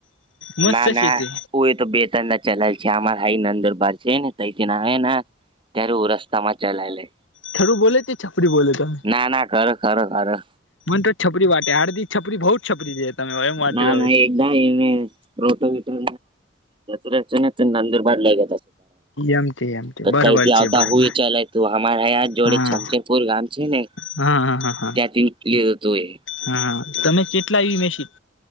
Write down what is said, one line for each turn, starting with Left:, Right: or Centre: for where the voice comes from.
Left: મસ્ત
Right: ના ના
Left: છે તે
Right: ઉ એ તો બેત ચલાલ છે અમાર હાઈ નંદુરબાર છે ને તથી એના. ત્યારે હ રસ્તા માં ચલાય લે.
Left: થરું બોલે છે છપરી બોલે તો.
Right: ના ના ખરો ખરો ખરો
Left: મને તો છપરી વાટેે હારધી છપરી બહુજ છપરી છે. તમે એમ વાતી
Right: ના ના એકદા એને રોટો વિીટલ જત છે ત અંદિર બા લાગ.
Left: એમ તે એમ તે
Right: ધાર
Left: બરોબર
Right: કઈથી
Left: છે
Right: આવતા
Left: બરોબર
Right: હોય ચાલ તું અમા જોડે
Left: હા
Right: છચ.
Left: હા
Right: બોલ ગામ છે ને
Left: હા હા હા
Right: ત્યાંથી ની ગેધ હતો એ.
Left: હા તમે કેટલા એવી મેશીન.